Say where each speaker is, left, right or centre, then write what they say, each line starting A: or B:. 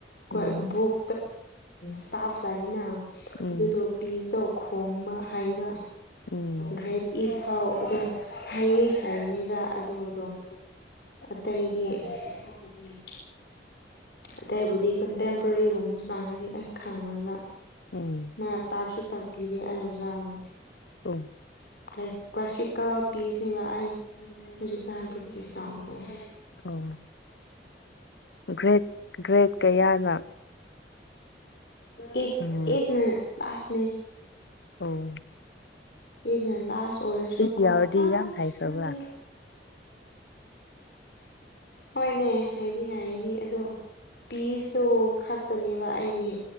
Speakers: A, on the left (about 60°); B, on the left (about 75°).
A: ꯀꯣꯏ
B: ꯎꯝ
A: ꯕꯨꯛ ꯁꯇꯥꯐ ꯂꯩꯅ
B: ꯎꯝ
A: ꯑꯗꯨꯗꯣ ꯄꯤꯁꯇꯣ ꯈꯣꯡꯕ ꯍꯩꯕ
B: ꯎꯝ
A: ꯒ꯭ꯔꯦꯠ ꯏꯠ ꯐꯥꯎ ꯑꯗꯨꯝ ꯍꯩꯌꯦ ꯍꯥꯏꯕꯅꯤꯗ ꯑꯗꯨꯗꯣ ꯑꯇꯩꯗꯤ ꯎꯝ ꯑꯇꯩꯕꯨꯗꯤ ꯀꯟꯇꯦꯝꯄꯔꯔꯤꯒꯨꯝꯕ ꯆꯪꯉꯩꯗꯤ ꯑꯩ ꯈꯪꯑꯣꯏꯕ
B: ꯎꯝ
A: ꯃꯥ ꯇꯥꯛꯁꯨ ꯇꯥꯛꯄꯤꯔꯦ ꯑꯩ ꯑꯣꯖꯥꯅ
B: ꯎꯝ
A: ꯂꯥꯏꯔꯤꯛ ꯀꯂꯥꯁꯤꯀꯜ ꯄꯤꯁꯅꯦꯕ ꯑꯩ ꯍꯧꯖꯤꯛꯀꯥꯟ ꯄ꯭ꯔꯦꯛꯇꯤꯁ ꯇꯥꯎꯕꯗꯅꯤ
B: ꯑꯣ ꯒ꯭ꯔꯦꯠ ꯒ꯭ꯔꯦꯠ ꯀꯌꯥꯅ
A: ꯑꯦꯠ
B: ꯎꯝ
A: ꯑꯦꯠ ꯅ ꯂꯥꯁꯅꯦ
B: ꯑꯣ
A: ꯑꯦꯠꯅ ꯂꯥꯁ ꯑꯣꯏꯔꯁꯨꯀꯣ
B: ꯏꯠ ꯌꯥꯎꯔꯗꯤ
A: ꯑꯁ
B: ꯌꯥꯝ ꯍꯩꯈ꯭ꯔꯕ꯭ꯔꯥ
A: ꯈꯪꯗꯦ ꯍꯣꯏꯅꯦ ꯑꯩꯗꯤ ꯍꯥꯏꯔꯤꯅꯤ ꯑꯗꯣ ꯄꯤꯖꯗꯣ ꯈꯛꯄꯅꯦꯕ ꯑꯩꯗꯤ